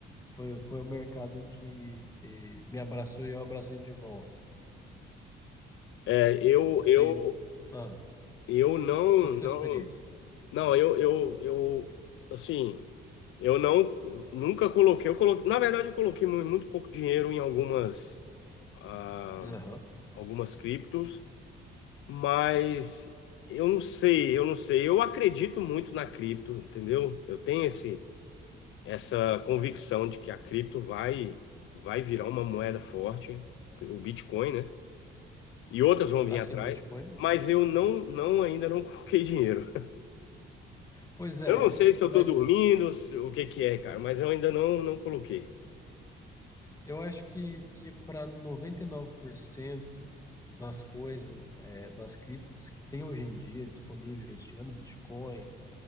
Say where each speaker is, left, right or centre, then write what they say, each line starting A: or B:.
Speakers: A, on the left; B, on the left.
A: foi, foi o mercado em que eh, me abraçou e eu abracei de volta.
B: É, eu,
A: Eu
B: eu,
A: tenho. Ah,
B: eu não,
A: qual que
B: não,
A: é a sua experiência?
B: não, eu, eu, eu, assim, eu não, nunca coloquei, eu coloquei, na verdade eu coloquei mu- muito pouco dinheiro em algumas ah,
A: Aham.
B: algumas criptos, mas eu não sei, eu não sei. Eu acredito muito na cripto, entendeu? Eu tenho esse, essa convicção de que a cripto vai, vai virar uma moeda forte, o Bitcoin, né? E outras vão
A: Ah,
B: vir atrás,
A: sim, o Bitcoin.
B: mas eu não, não ainda não <laughs> coloquei dinheiro.
A: Pois é,
B: Eu não sei se
A: mas
B: eu tô dormindo, se- o que que é, cara, mas eu ainda não, não coloquei
A: eu acho que, que para 99% das coisas, eh, das criptos que tem hoje em dia disponíveis, tirando Bitcoin,